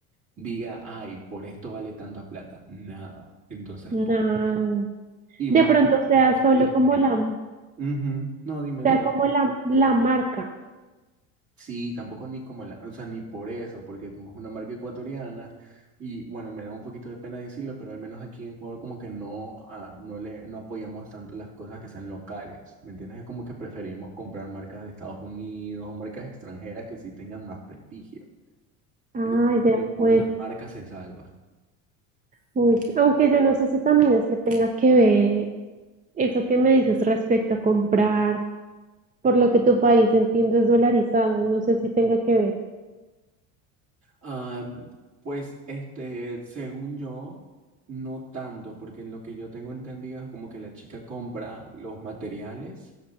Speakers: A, on the right; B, on the right.
A: diga, ay, por esto vale tanta plata. Nada. Entonces,
B: No.
A: por eso. Y más,
B: De pronto
A: ¿qué
B: sea
A: pasó
B: solo
A: de la cliente?
B: como la,
A: Ujú. No, dime,
B: sea
A: dime.
B: como la, la marca.
A: Sí, tampoco ni como la, o sea, ni por eso, porque como es una marca ecuatoriana, y bueno, me da un poquito de pena decirlo, pero al menos aquí en Ecuador como que no, ah, no le, no apoyamos tanto las cosas que sean locales, ¿me entiendes? Es como que preferimos comprar marcas de Estados Unidos o marcas extranjeras que sí tengan más prestigio.
B: Ay,
A: Entonces,
B: de
A: y
B: acuerdo.
A: por la marca se salva.
B: Uy, aunque yo no sé si también es que tenga que ver eso que me dices respecto a comprar, por lo que tu país entiendo es dolarizado. No sé si tenga que ver.
A: Ah, pues este, según yo, no tanto, porque lo que yo tengo entendido es como que la chica compra los materiales